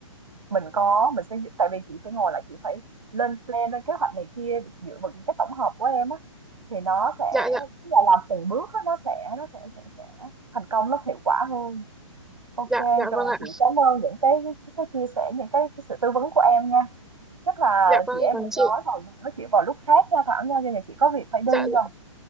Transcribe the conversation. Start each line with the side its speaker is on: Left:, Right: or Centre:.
Right: mình có mình sẽ tại vì chị phải ngồi lại chị phải lên plan lên kế hoạch này kia để dựa vào cái tổng hợp của em á thì nó sẽ
Centre: dạ dạ
Right: tức là làm từng bước á, nó sẽ nó sẽ sẽ sẽ thành công nó hiệu quả hơn ok
Centre: dạ, dạ
Right: rồi
Centre: vâng ạ.
Right: chị cảm ơn những cái cái, cái chia sẻ những cái, cái sự tư vấn của em nha chắc là
Centre: Dạ vâng
Right: chị em
Centre: còn
Right: mình
Centre: chị.
Right: nói vào nói chuyện vào lúc khác nha Thảo nha giờ chị có việc phải đi
Centre: Dạ dạ
Right: rồi